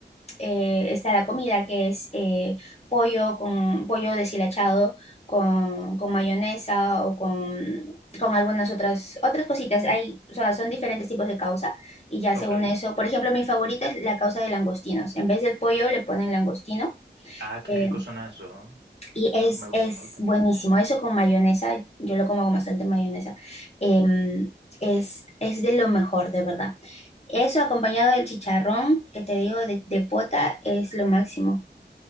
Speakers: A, on the left; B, on the right.
A: eh, está la comida, que es eh, pollo con pollo deshilachado con, con mayonesa o con, con algunas otras, otras cositas. Hay, o sea, son diferentes tipos de causa y ya
B: Ok.
A: según eso, por ejemplo, mi favorita es la causa de langostinos. En vez del pollo le ponen langostino.
B: Ah, qué
A: eh,
B: rico suena eso. ¿no?
A: y es,
B: Me, me gusta,
A: es
B: me gusta.
A: buenísimo. Eso con mayonesa, yo lo como con bastante mayonesa. em, es, es de lo mejor, de verdad. Eso acompañado del chicharrón, que te digo, de, de pota, es lo máximo